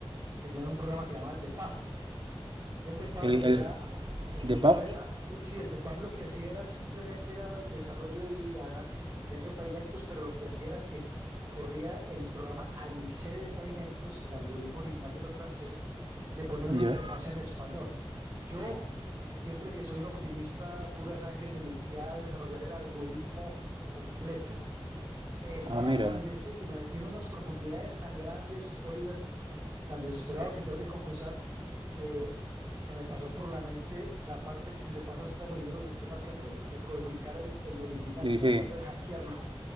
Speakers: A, on the right; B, on the right.
A: tenían un programa que llamaban el DEPAP. Y el de Pub
B: El,
A: era,
B: el,
A: el
B: ¿De
A: de
B: PAF?
A: Pub era, el- sí, el de Pub lo que hacía era simplemente era desarrollo y análisis y diseño de pavimentos, pero lo que hacía era que corría el programa Alice de pavimentos, el algoritmo original de los franceses, y le ponía una
B: Ya.
A: interfaz en español. Yo, siempre que soy un optimista pura sangre, me metía a desarrollar el algoritmo completo. Estaba
B: Ah, mira.
A: tan des- y me metí en unas profundidades tan grandes, Oliver, y tan desesperado que tengo que confesar que se me pasó por la mente la parte que se le pasa a usted a los ingenieros de sistema siempre, de codificar el, el original,
B: Dice,
A: tratar de hackearlo,